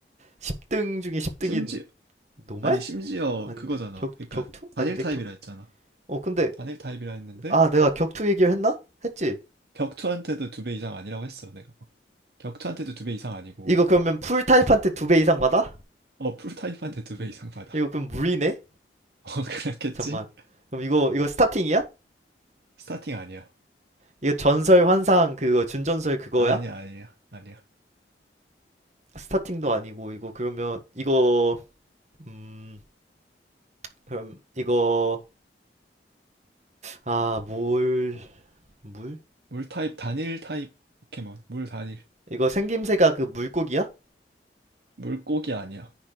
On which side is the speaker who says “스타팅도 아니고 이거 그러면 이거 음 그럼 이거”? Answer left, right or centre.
Right